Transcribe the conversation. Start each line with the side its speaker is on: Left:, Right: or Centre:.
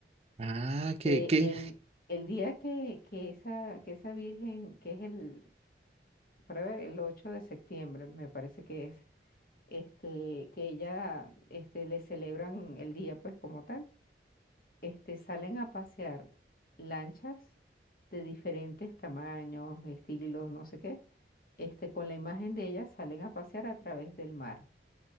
Right: Ah, qué,
Left: Eh,
Right: qué.
Left: el, el día que, que, esa, que esa virgen, que es el, para ver, el 8 de septiembre, me parece que es, este, que ella, este, le celebran el día, pues, como tal. este, salen a pasear lanchas de diferentes tamaños, estilos, no sé qué, este, con la imagen de ellas salen a pasear a través del mar